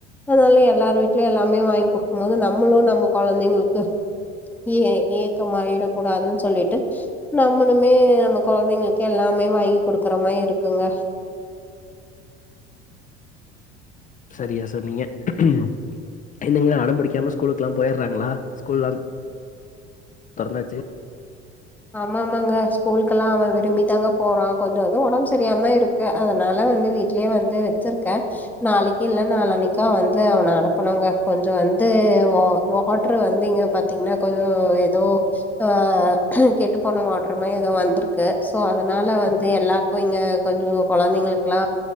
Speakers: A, in the centre; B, on the left.
A: அதனாலயே எல்லார் வீடலயும் எல்லாமே வாங்கி குடுக்கும் போது நம்மளும் நம்ம குழந்தைங்களுக்கு ஏ ஏக்கமாயிடக்கூடாதுன்னு சொல்லிட்டு நம்மளுமே நம்ம குழந்தைங்களுக்கு எல்லாம மே வாங்கி குடுக்குற மாதிரி இருக்குங்க
B: சரியா சொன்னீங்க உம் என்னங்க அட பிடிக்காம ஸ்கூலுக்குலாம் போய்டுறாங்களா ஸ்கூல்லா தொறந்தாச்சு
A: ஆமா ஆமாங்க ஸ்கூலுக்கெல்லாம் அவன் விரும்பி தாங்க போறான் கொஞ்சம் வந்து உடம்பு சரியாம இருக்கு அதனால வந்து வீடலயே வந்து வச்சிருக்கேன் நாளைக்கு இல்ல நாலனைக்கா வந்து அவனை அனுப்பனுங்க கொஞ்சம் வந்து வாட்ரு வந்து இங்க பாத்தீங்கன்னா கொஞ்சம் ஏதோ ஆஹ் கெட்டு போன வாட்டரு மாதிரி எதுவும் வந்ருக்கு ஸோ அதனால் வந்து எல்லாருக்கு இங்கே கொஞ்ச குழந்தைங்களுக்லா